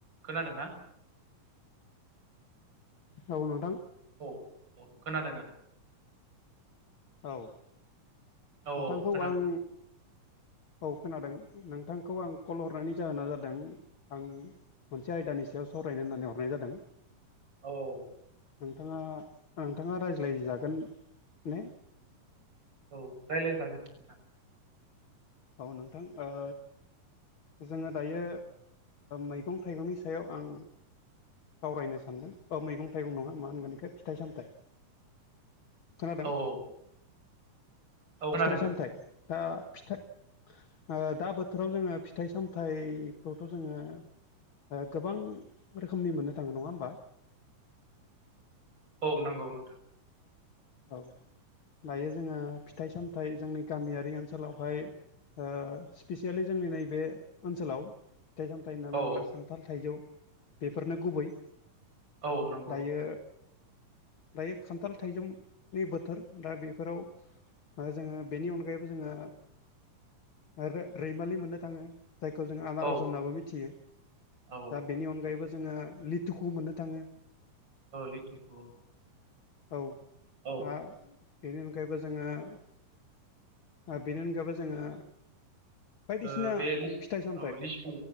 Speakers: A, on the right; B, on the left.
A: खोनादों ना?
B: औ नोंथां।
A: औ औ खोनादों।
B: औ
A: औ
B: नोंथांखौ
A: खोनादों
B: आं औ खोनादों नों नोंथांखौ आं कल हरनायनि जाहोना जादों। आं मोनसे आयदानि सायाव सावरायनो होननानै हरनाय जादों।
A: औ
B: नोंथाङा नोंथाङा रायज्लायजागोन ने
A: औ रायज्लायजागोन नोंथां ‌।
B: औ नोंथां ओ जोङो दायो मैगं थाइगंनि सायाव आं सावरायनो सानगोन अ मैगं थाइगं नङा मा होनगोन बेखौ फिथाइ सामथायाइ खोनादों?
A: औ औ औ खोनादों
B: फिथाइ सामथायाइ दा फिथाइ ओ दा बोथोराव जोङो फिथाइ सामथायाइखौथ' जोङो ओ गोबां रोखोमनि मोननो थाङो नङा होमबा?
A: औ नंगौ नोंथां।
B: औ दायो जोङो फिथाइ सामथाइ जोंनि गामियारि ओनसोलावहाय ओ स्पिसियेलि जोंनि नैबे ओनसोलाव फिथाइ सामथाइ फिथाय होनना
A: औ
B: बुङोब्ला खान्थाल थाइजौ बेफोरनो गुबै।
A: औ नंगौ
B: दायो दायो खान्थाल थाइजौनि बोथोर दा बेफोराव ओ जोङो बेनि अनगायैबो जोङो ओ रैमालि मोननो थाङो। जायखौ जों आनारस
A: औ
B: होननाबो मिथियो
A: औ
B: दा बेनि अनगायैबो जोङो लिथुखौ मोननो थाङो।
A: औ लिथुखौ
B: औ
A: औ
B: आ बेनि अनगायैबो जोङो ओ बेनि अनगायैबो जोङो बायदिसिना
A: ओ बे
B: फिथाइ सामथायाइ
A: औ लिसु